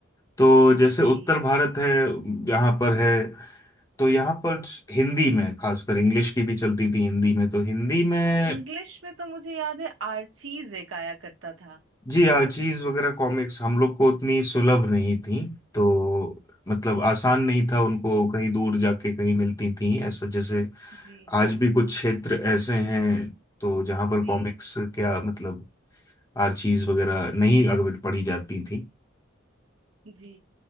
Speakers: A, on the left; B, on the right.
A: तो जैसे
B: जी
A: उत्तर भारत है यहाँ पर है तो यहाँ पर हिंदी में खासकर इंग्लिश की भी चलती थी हिंदी में तो हिंदी में
B: इंग्लिश में तो मुझे याद है आर्चीज एक आया करता था
A: जी आर्चीज वगैरह कॉमिक्स हम लोग को उतनी सुलभ नहीं थी तो मतलब
B: ओके
A: आसान नहीं था उनको कहीं दूर जाके कहीं मिलती थी ऐसा जैसे
B: जी
A: आज भी कुछ क्षेत्र ऐसे हैं तो जहाँ पर
B: जी
A: कॉमिक्स क्या मतलब आर्चीज वगैरह नहीं अगर पढ़ी जाती थी
B: जी